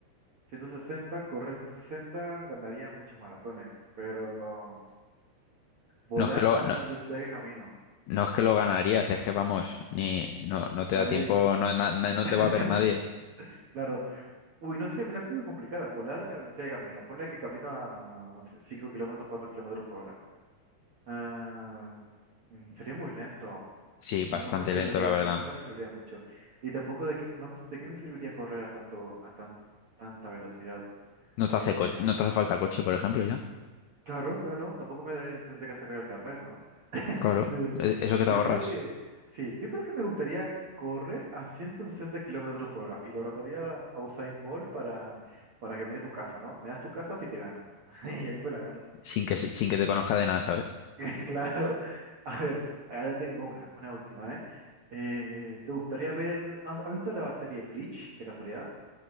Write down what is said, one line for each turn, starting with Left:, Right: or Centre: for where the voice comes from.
Right: 160, correr 160 ganarían muchos maratones, pero volar
Left: No es que lo,
Right: a
Left: no,
Right: la velocidad que camino.
Left: no es que lo ganarías, es que vamos, ni, no, no te
Right: Nadie,
Left: da tiempo, no, na- na- no
Right: <laughs>
Left: te va a ver nadie.
Right: claro. Uy, no sé, me la puse complicada. Volar a la velocidad que camino. Ponle que camino a, no sé, 5 kilómetros, 4 kilómetros por hora. Ah, mm, sería muy lento.
Left: Sí, bastante
Right: No me serviría
Left: lento, la
Right: de,
Left: verdad.
Right: mu- no me serviría de mucho. Y tampoco de que, no me, de qué me serviría correr a tanto, a tan, tanta velocidad.
Left: No te
Right: Eh,
Left: hace co- no te hace falta coche, por ejemplo, ya.
Right: Claro, claro, tampoco me tendría que sacar el carnet, ¿no? <laughs>
Left: Claro,
Right: Sí,
Left: e- eso que te
Right: yo
Left: ahorras.
Right: creo que, sí, yo creo que me gustaría correr a 160 kilómetros por hora y lo retaría a Usain Bolt para, para que me dé su casa, ¿no? Me das tu casa si te gano. <laughs> Y ahí pues la gano.
Left: sin que, se- sin que te conozca de nada, ¿sabes?
Right: <laughs> Claro. A ver, acá ya tengo una, una última, ¿eh? Eh, te gustaría ver, no, ¿has, has visto la serie Bleach, de casualidad?